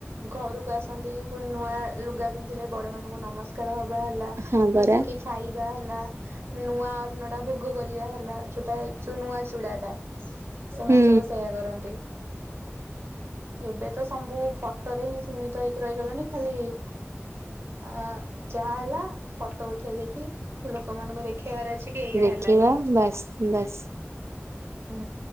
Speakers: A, on the right (about 55°); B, on the right (about 70°).
A: ଘରକୁ ଆସନ୍ତି ପୁଣି। ନୂଆ ଲୁଗା ପିନ୍ଧିଲେ ବଡ ମଙ୍କୁ ନମସ୍କାର ହବ। ହେଲା
B: ହଁ ପରା
A: ମିଶିକି ଖାଇବା ହେଲା। ନୂଆ ଅ ନଡା ଭୋଗ କରିବା ହେଲା ଯୋଉଟା ଯୋଉ ନୂଆ ଚୁଡା ଟା ସେମାନେ
B: ହୁଁ
A: ସବୁ ସେୟା କରନ୍ତି। ଏବେ ତ ସବୁ ଫଟୋ ରେ ହିଁ ସୀମିତ ହେଇକି ରହିଗଲାଣି ଖାଲି ଆ ଯାହା ହେଲା ଫଟୋ ଉଠେଇ ଦେଇକି ଲୋକମାନଙ୍କୁ ଦେଖେଇବାର ଅଛି କି ଏଇଆ
B: ଦେଖିବା
A: ହେଲା ବୋଲି
B: ବାସ୍ ବାସ୍।
A: ହୁଁ